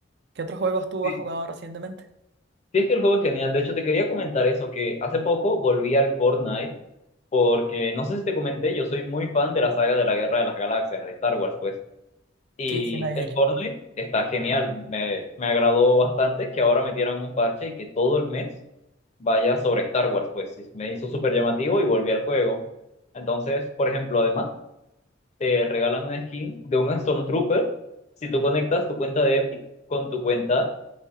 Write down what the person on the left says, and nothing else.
Sí.
Sí, es que el juego es genial. De hecho, te quería comentar eso, que hace poco volví al Fortnite porque no sé si te comenté, yo soy muy fan de la saga de la Guerra de las Galaxias, de Star Wars, pues. Y
el
Fortnite está genial, me, me agradó bastante que ahora metieran un parche y que todo el mes vaya sobre Star Wars, pues y me hizo súper llamativo y volví al juego. Entonces, por ejemplo, además, te regalan una skin de un Stormtrooper si tú conectas tu cuenta de Epic con tu cuenta